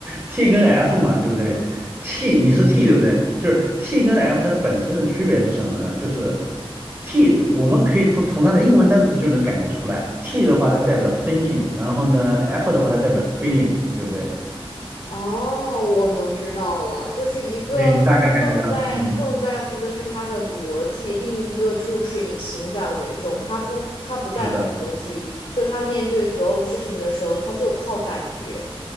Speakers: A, on the right (about 20°); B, on the left (about 90°).
A: ，T 跟 F 嘛，对不对？T 你是 T 对不对？就是 T 跟 F 它本身的区别是什么呢？就是 T 就我们可以从从它的英文单词就能感觉出来，T 的话它代表 thinking，然后呢 F 的话它代表 feeling，对不对？
B: 哦，我能知道了，就是一个更在更在乎的是他的逻辑，
A: 对，你大概感觉到，嗯，
B: 另一个就是以情感为重，他不他不在乎逻辑，
A: 是的。
B: 就他面对所有事情的时候，他就靠感觉。